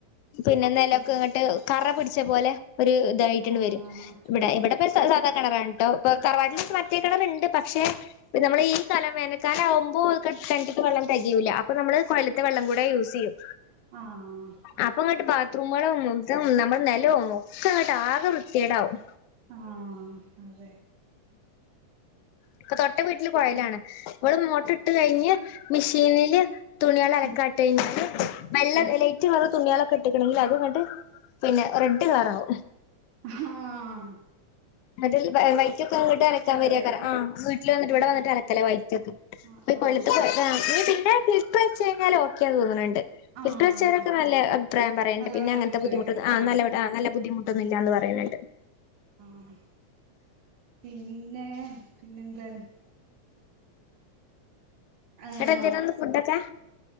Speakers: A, on the left (about 75°); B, on the right (about 80°).
A: പിന്നെ എന്തലൊക്കെ
B: അതെ
A: ഇങ്ങോട്ട് കറപടി െ പോോലെ ഒരു ഇതായിട്ടുണ്ട്
B: ആഹ്
A: വരും ഇവിടെ
B: ആഹ്
A: ഇവിടെ ഇപ്പ സാധാ കണറാണ് കേട്ടോ ഇപ്പൊ തറവാട്ടില മറ്റേ കളറുണ്ട് പക്ഷെ നമ്മള് ഈ കലം വേനൽക്കാല ആകുമ്പോെ കണ്ടിട്ട് വെള്ളം തികൂല്ല അപ്പ നമ്മള് കൊയയിലത്തെ വെള്ളം കൂടെ യൂസ് ചെയ്യും
B: ആഹ്
A: അപ്പൊ അങ്ങട്ട്
B: അങ്ങനെ
A: ബാത്റൂ നമ്മ നലോ ഒക്കെ അങ്ങിട്ട് ആകെ വൃത്തിയേടാവും
B: ആഹ അതെ
A: ഇപ്പൊ തൊട്ട വീട്ടില് കോയയിലാണ്
B: ഉം
A: ഇവിള് മോട്ടർ ഇട്ട് കഴിഞ്ഞ് മെഷീനിില് തുണിയള അലക്കാട്ട
B: ഉം
A: കഴിഞ്ഞാൽ വെല്ല
B: ആഹ്
A: ലേറ്റ് വറ തണികളൊെട്ടണെങ്കേ അത്ങ്ങട്ട് പിന്നെ റെഡ് കറ ആാവും
B: ആഹ
A: അതി വൈക്കൊക്കെ ഇങ്ങോട്ട് അരക്കാൻ വരിയാക്ക
B: അല്ലേ
A: ആ വീട്ടിൽ വന്നിട്ട്
B: ആഹ്
A: ഇവിടെ വന്നിട്ട് അലക്കല്ലേ വൈക്കൊക്കെഈ
B: ആഹ് ആഹ്
A: കൊല്ല ഫിപ്പ് വെ കഴിാൽ ഓക്കൊ തോന്നുന്നുണ്ട്
B: ആഹ്
A: ഫിൽർ വച്ചവരൊെ നല്ല അഭിപ്രായം പറയണ്ട്
B: നല്ല
A: പിന്നെ
B: വെള്ളം
A: അങ്ങന
B: കിട്ടുവായിരിക്കും
A: ബുദ്ധിമുട്ട ആ
B: ആഹ്
A: നല്ല നല്ല ബുധിമുട്ട് പിട്ടുന്നില്ലന്ന് പറയുന്നുണ്ട്
B: ഉം പിന്നെ പിന്നെന്താണ് ആഹ്
A: ടാ ഇന്നര് ഫുഡൊക്കെ